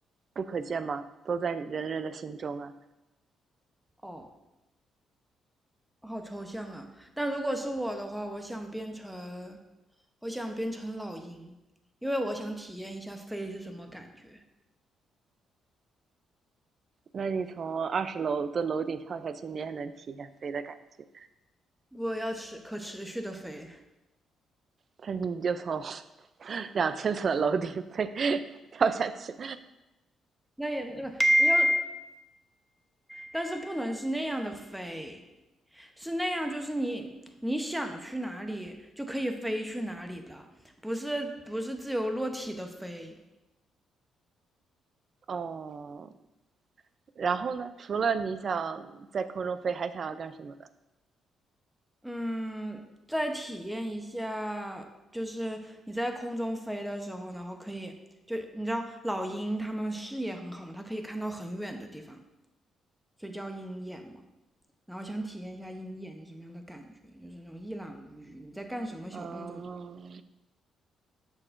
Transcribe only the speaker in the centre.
哦。好抽象啊！但如果是我的话，我想变成，我想变成老鹰，因为我想体验一下飞是什么感觉。
我要持可持续的飞，
那也那个要，但是不能是那样的飞，是那样就是你你想去哪里就可以飞去哪里了，不是不是自由落体的飞。
嗯，再体验一下，就是你在空中飞的时候，然后可以，就你知道老鹰它们视野很好嘛，它可以看到很远的地方，所以叫鹰眼嘛。然后想体验一下鹰眼是什么样的感觉，就是那种一览无余，你在干什么小动作，